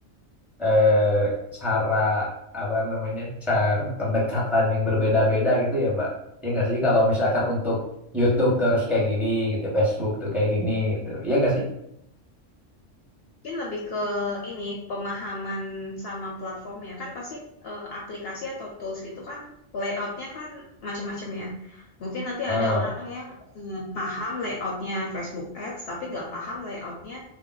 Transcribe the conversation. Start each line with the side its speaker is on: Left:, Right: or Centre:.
Centre: eh, cara apa namanya cara pendekatan yang berbeda-beda gitu ya Pak ya nggak sih kalau misalkan untuk YouTube tuh harus kayak gini gitu Facebook tuh kayak gini gitu ya nggak sih
Left: Mungkin lebih ke ini pemahaman sama platformnya kan pasti eh, aplikasi atau tools gitu kan layoutnya kan macam-macam ya. Mungkin nanti
Centre: ah
Left: ada orang yang eh, paham layoutnya Facebook Ads tapi nggak paham layoutnya